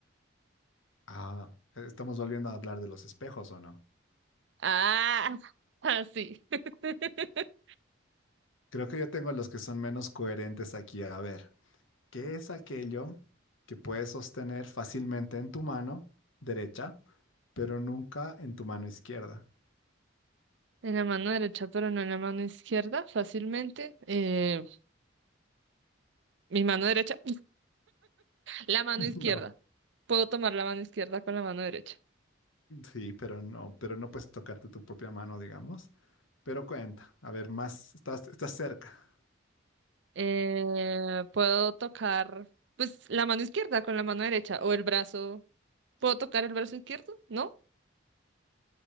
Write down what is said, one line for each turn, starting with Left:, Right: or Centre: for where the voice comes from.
Left: Ah, estamos volviendo a hablar de los espejos, ¿o no?
Right: Ah, así. <laughs>
Left: Creo que yo tengo los que son menos coherentes aquí. A ver, ¿qué es aquello que puedes sostener fácilmente en tu mano derecha, pero nunca en tu mano izquierda?
Right: En la mano derecha, pero no en la mano izquierda, fácilmente. Eh, mi mano derecha. La mano
Left: <laughs>
Right: izquierda.
Left: No.
Right: Puedo tomar la mano izquierda con la mano derecha.
Left: Sí, pero no, pero no puedes tocarte tu propia mano, digamos. Pero cuenta, a ver, más, estás, estás cerca.
Right: Eh, puedo tocar, pues, la mano izquierda con la mano derecha o el brazo. ¿Puedo tocar el brazo izquierdo? ¿No?